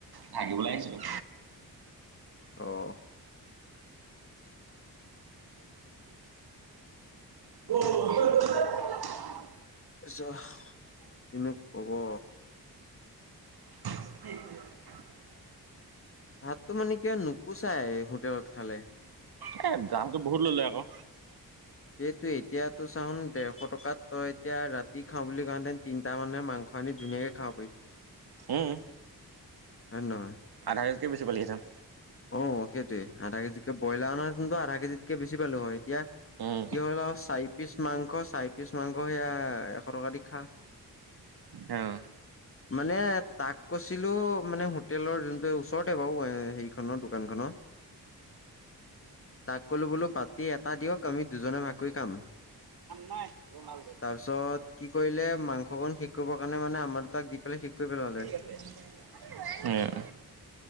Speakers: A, on the right; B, on the left.
A: ভাগিবলৈ আহিছিলোঁ।
B: আহ।
A: <unintelligible>
B: তাৰপিছত কিনো কব।
A: <unintelligible>
B: ভাততটো মানে কিব নোপোচাই হোটেলত খালে।
A: এ দামতটো বহুত ললে আকৌ।
B: এইটো এতিয়াতটো চান দেৰশ টকাত, তই এতিয়া ৰাতি খাও বুলি কলে তিনটা মানুহে মাংস খানী ধুনীয়াকে খাৱ পাৰি।
A: হম।
B: ধন্যবাদ।
A: আধাকেজিটকে বেছি <unintelligible>
B: অ' সেইটোৱে আধা কেজিত কে ব্ৰইলাৰ অনা কিন্তু আধা কেজিতকে বেছি পালো হয়, এতিয়া
A: উম,
B: কি হল আৰু চাৰি পিচ মাংস, চাৰি পিচ মাংস সেয়া এশ টকা দি খাম। <inaudible>
A: অ'।
B: মানে তাক কৈছিলো মানে হোটেলৰ যোনটো ওচৰতে বাৰু হেৰি খনৰ দোকান খনত। তাক কলো বোলো বাতি এটা দিয়ক আমি দুজনে ভাগ কৰি খাম।
A: <unintelligible>
B: তাৰপিছত, কি কৰিলে মাংসকণ শেষ কৰিব কাৰণে মানে আমাৰ দুতাক দি পেলাই শেষ কৰি পেলালে।
A: <unintelligible> উম।